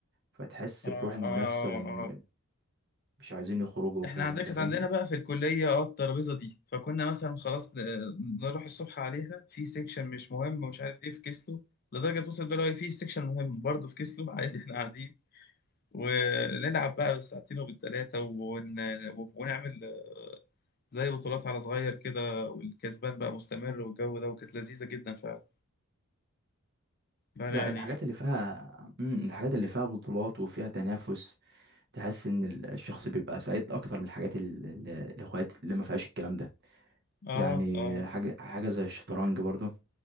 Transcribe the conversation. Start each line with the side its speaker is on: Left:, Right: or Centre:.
Right: فتحس
Left: اه
Right: بروح المنافسة
Left: اه
Right: وإن
Left: اه
Right: مش عايزين يخرجوا وكده
Left: احنا عندنا
Right: أنت
Left: كانت
Right: فاهم
Left: عندنا بقى في الكلية اه الترابيزة دي فكنا مثلا خلاص ن- نروح الصبح عليها في سيكشن مش مهم ومش عارف ايه في كيسلو لدرجة توصل بقى لو في سيكشن مهم برضه في كيسلو عادي احنا قاعدين ونلعب بقى بالساعتين وبالتلاتة ون... ونعمل زي بطولات على صغير كده والكسبان بقى مستمر والجو ده وكانت لذيذة جدا فعلا فأنا
Right: ده
Left: يعني
Right: الحاجات اللي فيها مم، الحاجات اللي فيها بطولات وفيها تنافس تحس ان ال- الشخص بيبقى سعيد اكتر من الحاجات ال- ال- الاخوات اللي ما فيهاش الكلام ده
Left: آه
Right: يعني
Left: آه
Right: حاجه حاجه زي الشطرنج برضو